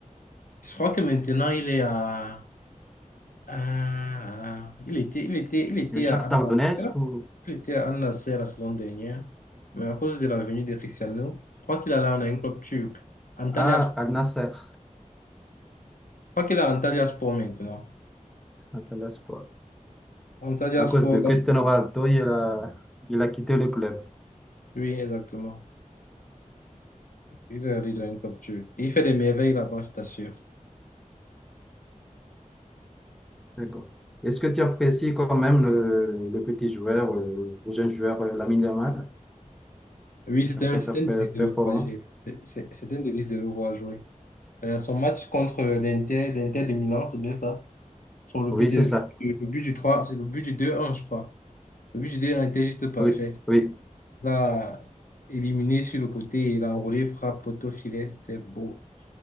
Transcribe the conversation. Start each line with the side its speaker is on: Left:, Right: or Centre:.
Left: Je crois que maintenant, il est à... à- Il était, il était, il était
Centre: Le Shakhtar
Left: à Al Nassr.
Centre: Donetsk ou
Left: Il était à Al Nassr la saison dernière. Mais à cause de la venue de Cristiano, je crois qu'il allait en un club turc. Antalyaspor.
Centre: à Al Nassr,
Left: Je crois qu'il est à Antalyaspor maintenant.
Centre: Al Nassr, quoi.
Left: Antalyaspor.
Centre: À cause de Cristiano Ronaldo, il a, il a quitté le club.
Left: Oui, exactement. Il est il est un comme Dieu. Il fait des merveilles là-bas, je t'assure.
Centre: D'accord. Est-ce que tu apprécies quand même le, le petit joueur, euh, le jeune joueur euh, Lamine Yamal,
Left: Oui, c'était
Centre: après
Left: un, c'était
Centre: sa pré-
Left: un délice de
Centre: performance?
Left: le voir jouer. C'est- c'est- C'était un délice de le voir jouer. Euh, son match contre l'Inter, l'Inter de Milan, c'est bien ça. Sur le
Centre: Oui,
Left: but, de,
Centre: c'est ça.
Left: le but du 3, c'est le but du deux un, je crois. Le but du deux un, était juste parfait.
Centre: Oui, oui.
Left: Là, éliminé sur le côté, il a enroulé, frappe, poteau, filet, c'était beau.